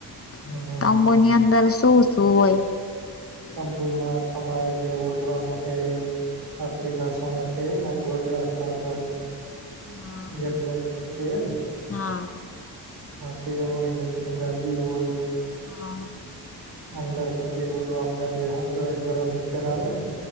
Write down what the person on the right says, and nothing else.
હા હા.
તંબુમાં તમારે જેમ ઊંઘવા માટે આપડી ભાષામાં કહીએ ને ગોદડા ચાદર
જેમ બ્લેન્કેટ કે ને
તે હોય નીચે ગાદી હોય છે.
અંદર પછી ઓલું આપણે શું કેવાય ગરમ હીટર આવે ને